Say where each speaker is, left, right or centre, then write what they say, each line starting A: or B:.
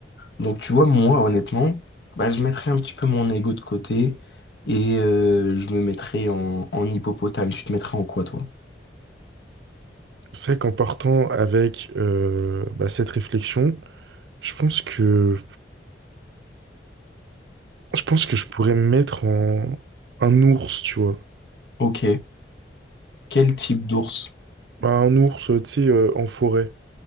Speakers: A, on the left; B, on the right.
A: Donc tu vois, moi, honnêtement, bah, je mettrais un petit peu mon ego de côté et euh, je me mettrais en, en hippopotame. Tu te mettrais en quoi, toi?
B: C'est vrai qu'en partant avec euh, bah, cette réflexion, je pense que je pense que je pourrais me mettre en un ours, tu vois.
A: Ok. Quel type d'ours?
B: Bah, un ours, euh, tu sais, euh, en forêt.